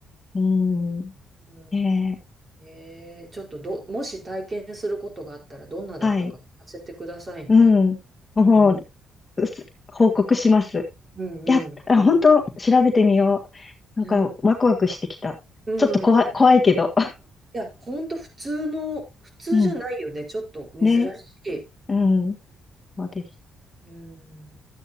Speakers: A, on the left; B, on the right.
A: うん。
B: うん、
A: ね
B: えーちょっとど、もし体験することがあったらどんなだったか聞かせてくださいね。
A: えはい。うん。もう、
B: うん、
A: うす報告します。
B: うん、
A: いや、
B: うん、
A: あ本当調べてみよう。
B: う
A: なんか、
B: ん。
A: ワクワクしてきた。
B: うん。
A: ちょっと怖い、
B: い
A: 怖いけど。
B: や、ほんと普通の、普通じゃないよね。
A: <laughs> うん。
B: ちょっと珍しい。
A: ね。うん。
B: うん。
A: そうです。
B: うん